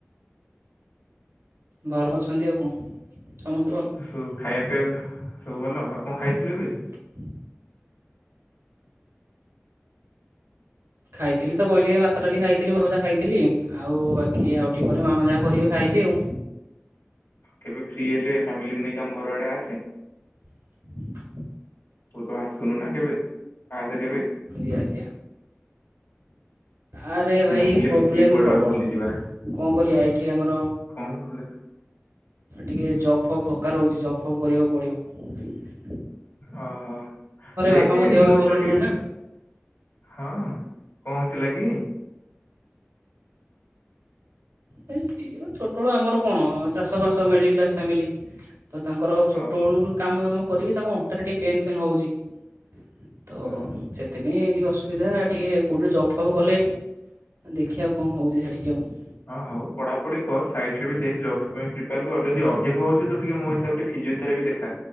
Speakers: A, on the right; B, on the left.
A: ଭଲ ଅଛନ୍ତି ଆଉ କ ସମସ୍ତେ ଭଲ
B: ଆଉ ସବୁ ଖାଇବା ପିଇବା ସବୁ ଭଲ ଆଉ କଣ ଖାଇଥିଲୁ ଏବେ?
A: <inaudible> ଖାଇଥିଲି ତ କହିଲି ଏ ଭାତ, ଡାଲି ଖାଇଥିଲି ଭଜା ଖାଇଥିଲି। ଆଉ ବାକି ଆଉ ଟିକେ ପରେ ମାମା ଯାହା କରିବେ ଖାଇବି ଆଉ।
B: କେବେ ଫ୍ରି ହେଲେ ଫ୍ୟାମିଲିକୁ ନେଇକି ଆମ ଘର ଆଡ଼େ ଆସେ।
A: <inaudible>
B: ତୁ ତ ଆସୁନୁ ନା କେବେ। ଆସେ କେବେ।
A: <inaudible> ଆରେ
B: ହୁଁ,
A: ଭାଇ
B: ଆସିଲେ
A: ପ୍ରୋବ୍ଲେମ୍
B: ମିଶିକି କୁଆଡେ
A: ପ୍ରବଳ,
B: ଗୋଟେ ବୁଲିଯିବା
A: ଙ୍କ କରିବା ଏଇଠି ଆମର।
B: <inaudible>
A: ଟିକେ ଜବ୍ ଫବ୍ ଦକାର୍ ହଉଚି, ଜବ୍ ଫବ୍ କରିବାକୁ ପଡ଼ିବ।
B: ଅହ, ଦେଖେ
A: ବାପାଙ୍କ ଦେହ
B: ମୋ
A: ବି
B: ହିସାବ୍
A: ଭଲ ରହୁନି
B: ରେ ଟିକେ
A: ନା।
B: ହଁ, ଙ୍କ ହଉଥିଲା କି? <unintelligible>
A: ଛୋଟବଳୁ ଆମର କ'ଣ ଚାଷ ବାସ ମିଡ଼ିଲ୍ କ୍ଲାସ୍‌ ଫ୍ୟାମିଲି। ତ ତାଙ୍କର ଛୋଟ
B: ଓହୋ
A: ବଳୁରୁ କାମ ଦାମ କରିକି, ତାଙ୍କ ଅଣ୍ଟାରେ ଟିକେ ପେନ୍ ଫେନ୍ ହଉଚି। <inaudible>
B: ହଁ
A: ଟିକେ କଉଠି ଜବ୍ ଫବ୍ କଲେ, ଦେଖିଆ କ'ଣ ହଉଚି କି ଆଉ।
B: ହଁ ହଉ ପଢ଼ାପଢ଼ି କର୍, ସାଇଟ୍ ରେ ବି ଦେଖ୍, ଜବ୍ ପାଇଁ ପ୍ରିପାର୍ କର୍। ଯଦି ଅଧିକ ହଉଚି ତୁ ଟିକେ ମୋ ହିସାବ୍ ରେ ଫିଜିଓଥେରାପି ଦେଖା,